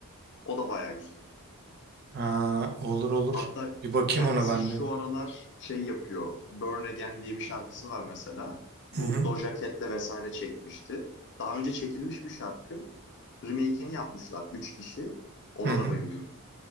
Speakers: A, on the left; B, on the right.
A: o da bayağı güzel.
B: ha, olur olur.
A: Hatta
B: Bir bakayım
A: kendisi
B: ona ben
A: şu
B: de.
A: aralar şey yapıyor. Burn Again diye bir şarkısı var mesela. Bu
B: Hı hı.
A: Doja Cat'le vesaire çekmişti. Daha önce çekilmiş bir şarkı. Remake'ini yapmışlar. Üç kişi. Ona
B: Hı hı.
A: da bayılıyorum.